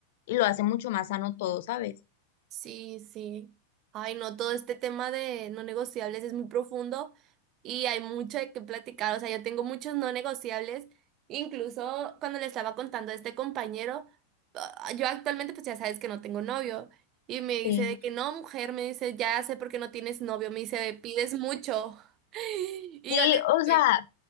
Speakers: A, on the left (about 65°); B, on the right (about 40°).
A: y lo hace mucho más sano todo, ¿sabes?
B: Sí, sí. Ay, no, todo este tema de no negociables es muy profundo y hay mucho de qué platicar. O sea, yo tengo muchos no negociables. Incluso cuando le estaba contando a este compañero, ah, yo actualmente pues ya sabes que no tengo novio. Y me dice
A: Sí.
B: de que no, mujer, me dice, ya sé por qué no tienes novio. Me dice, pides mucho. <laughs> Y
A: Sí,
B: yo le
A: o sea,
B: dije,